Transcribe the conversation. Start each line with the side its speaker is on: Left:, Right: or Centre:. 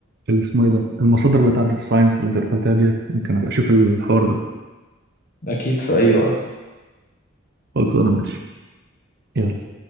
Right: اللي اسمه ايه ده المصادر بتاعت الداتا ساينس اللي انت دخلتها ديت ممكن ابقى اشوف الحوار ده
Left: أكيد في أي وقت
Right: خلصانه ماشي يلا